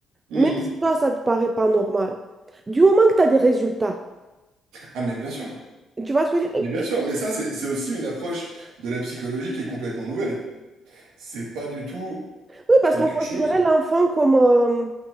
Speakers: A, on the right (about 70°); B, on the right (about 30°).
A: Mhm.
B: même si toi, ça te paraît pas normal, du moment que tu as des résultats,
A: Ah mais bien sûr,
B: tu vois ce que je veux dire?
A: mais bien sûr, mais ça c'est c'est aussi une approche de la psychologie qui est complètement nouvelle. C'est pas du tout
B: Oui, parce
A: quelque
B: qu'on considérait
A: chose,
B: l'enfant comme, euh,